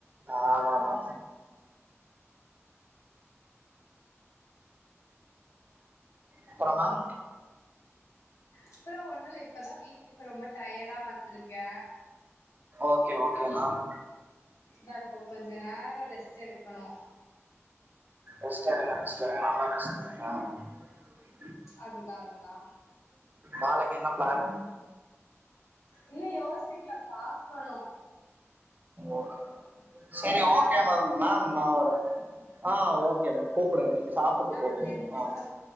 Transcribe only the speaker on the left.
அப்றோ ஒண்ணுல்ல இப் இப்பதா வீட்டுக்கு ரொம்ப டயடா வந்திருக்கே
but <unintelligible> கொஞ்சநேர் <unintelligible> rest எடுக்கணோ
அதுதா அதுதா
இன்னோ யோசிக்கல பாக்கணோ
சரி
நா ஒரு
டென்
மினிட்ஸ்
நா
ஒரு டென் மினிட்ஸ்ல